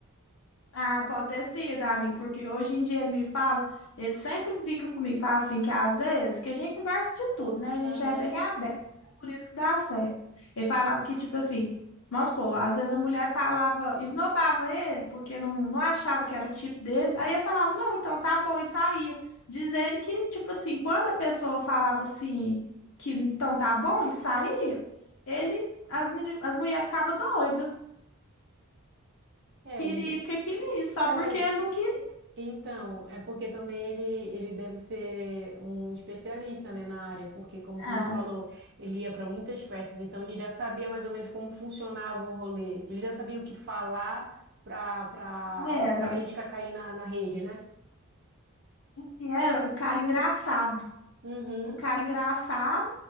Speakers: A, on the left (about 70°); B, on the right (about 50°).
A: Ah, pode ter sido, amigo, porque hoje em dia ele me fala, ele sempre brinca comigo, fala assim, que às vezes, que a gente conversa de tudo, né? A gente
B: Aham.
A: é bem aberto, é por isso que dá certo. Ele falava que, tipo assim, vamos supor, às vezes a mulher falava, esnobava ele, porque não, não achava que era o tipo dele, aí ele falava, não, então tá bom, e saía. Diz ele que, tipo assim, quando a pessoa falava assim, que então tá bom, e saía, ele, as, meni- as mulheres ficavam doidas,
B: É,
A: queria
B: ele. ente-
A: porque queria, só
B: É,
A: porque
B: mas.
A: ele não queria.
B: Então, é porque também ele, ele deve ser um especialista, né, na área, porque como tu
A: Ah.
B: me falou, ele ia para muitas festas, então ele já sabia mais ou menos como funcionava o rolê. Ele já sabia o que falar para para
A: Era,
B: para isca cair na, na rede, né?
A: ele era o cara engraçado.
B: Uhum.
A: O cara engraçado